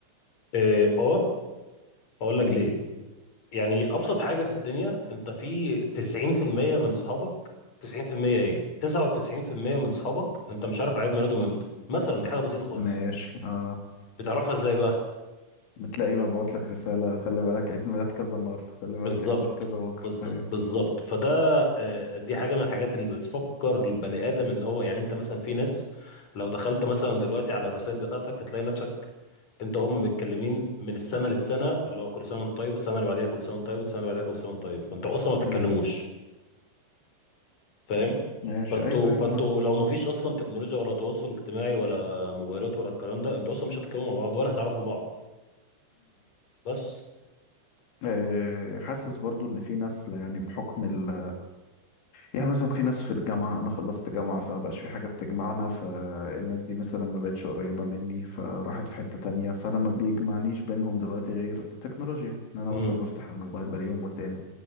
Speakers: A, on the left (about 35°); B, on the left (about 70°).
A: اه آه، اقول لك
B: مم.
A: ليه يعني ابسط حاجه في الدنيا انت في 90% من صحابك 90% ايه 99% من صحابك انت مش عارف عيد ميلادهم امتى مثلا دي حاجه بسيطه خالص
B: ماشي اه
A: بتعرفها ازاي بقى
B: بتلاقي مبعوت لك رسالة خلي بالك عيد ميلاد كذا النهاردة خلي
A: بالظبط
B: بالك عيد ميلاد كذا بكرة
A: بالظ-
B: ايوه
A: بالظبط فده آه، دي حاجه من الحاجات اللي بتفكر البني ادم ان هو يعني انت مثلا في ناس لو دخلت مثلا دلوقتي على الرسائل بتاعتك هتلاقي نفسك انت وهم متكلمين من السنه للسنه اللي هو كل سنه وانت طيب والسنه اللي بعديها كل سنه وانت طيب والسنه اللي بعديها كل سنه وانت طيب فانتوا اصلا ما بتتكلموش
B: مم.
A: فاهم
B: ماشي
A: فانتوا
B: ايوه ايوه
A: فانتوا
B: معاك
A: لو ما فيش اصلا تكنولوجيا ولا تواصل اجتماعي ولا موبايلات ولا الكلام ده انتوا اصلا مش هتتكلموا مع بعض ولا هتعرفوا بعض بس
B: آه، حاسس برضو ان في ناس يعني بحكم ال يعني مثلا في ناس في الجامعة أنا خلصت جامعة فما بقاش في حاجة بتجمعنا فالناس دي مثلا ما بقتش قريبة مني فراحت في حتة تانية فأنا ما بيجمعنيش بينهم دلوقتي غير التكنولوجيا إن أنا
A: امم
B: مثلا بفتح الموبايل بلاقيهم قدامي